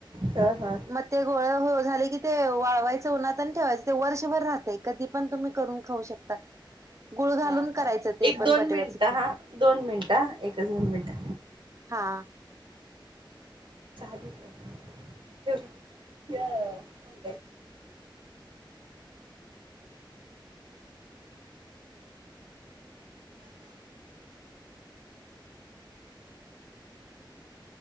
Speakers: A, on the right; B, on the right.
A: हा हा
B: म ते गोळ झाले की ते वाळवायचं उन्हातन ठेवायचं ते वर्षभर राहतय कधी पण तुम्ही करून खाऊ शकता गुळ घालून
A: हा हा
B: करायचं ते
A: एक
B: पण
A: दोन
B: बटव्याचं
A: मिनिटं
B: खीर
A: हा दोन मिनिट एकच दोन मिनट
B: हा
A: चा तेवढे ऑन